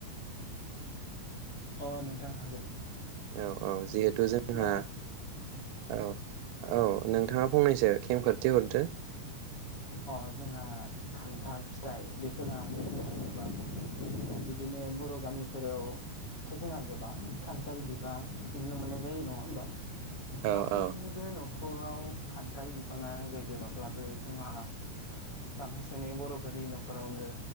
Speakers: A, on the left; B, on the right.
A: अह नोंथां हागोन।
B: औ औ जिहे थु जोंहा
A: दा
B: औ। औ नोंथाङा
A: <inaudible>
B: फंनैसो खेंफोरथि हरदो
A: अह जोंहा। खान्थाल फिथाइ बेखौ लानानै जोङो गोबां बि बिदिनो बर' गामिफोराव थ' जोंहा गोबां खान्थाल बिबां नुनो मोननाय जायो नङा होमबा?
B: औ
A: गासैनिबो
B: औ
A: न' खराव खान थाल बिफाङा गैजोबाब्लाबो जोंहा बांसिनै बर'फोरनि न'खरावनो